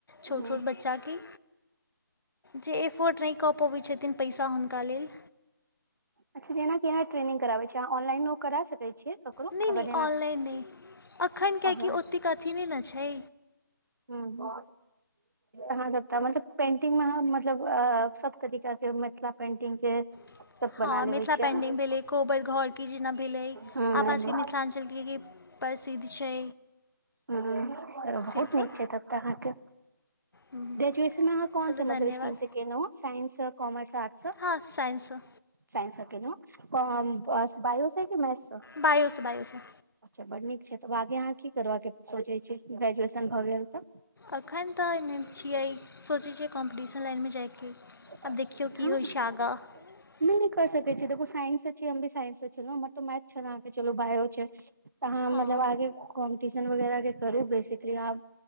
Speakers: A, on the left; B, on the right.
A: छोट
B: हुं
A: छोट बच्चाके। जे एफोर्ड नहि कऽ पबैत छथिन पैसा हुनका लेल।
B: अच्छा जेना केना ट्रेनिंग कराबे छियै, अहां ऑनलाइनो करा सकै छियै। ककरो
A: नहि नहि
B: अगर जेना
A: ऑनलाइन नहि एखन कियाकि
B: अहां
A: ओतेक अथी नहि ने छै
B: हुं, अहां जे कहलहुं पेंटिंग मे मतलब सब तरीका के मिथिला पेन्टिंग के
A: <inaudible>
B: सब बना
A: हँ
B: लेबे
A: मिथिला
B: छियै
A: पेंटिंग
B: हूं
A: भेलै, कोबर घर के जेना भेलै,
B: हूं
A: अपना सबके मिथिलाञ्चल के प्रसिद्ध छै।
B: हुं हुं बहुत
A: से सब
B: नीक छै तब तऽ अहाँके
A: हूँ,
B: ग्रेजुएशन मे अहाँ कोन
A: चलू
B: से
A: धन्यवाद
B: मतलब स्ट्रीम से केेलहुं साइंस, कॉमर्स, आर्ट्स से
A: हँ साइन्स सं।
B: साइन्स स खेलों, त बायो से कि मैथ से?
A: वायोसँ बायसँ।
B: अच्छा बड नीक छै तब आगे अहाँ की करबाक सोचैत छियै ग्रेजुएशन भऽ गेल तऽ?
A: अखैन तऽ छियै सोचै छियै कॉम्पीटिशन लाइनमे जाइके।
B: हँ।
A: आब देखियौ की होइ छै आगाँ <inaudible>
B: हम नहि कर सकै छियै देखो साइंस से छ हम भी साइंस से छल हमर तऽ मैथ छले अहांके त बायो छै। तऽ अहाँ
A: हँ
B: मतलब आगे कॉम्पटिशन वगैरह के करू बेसिकली अहाँ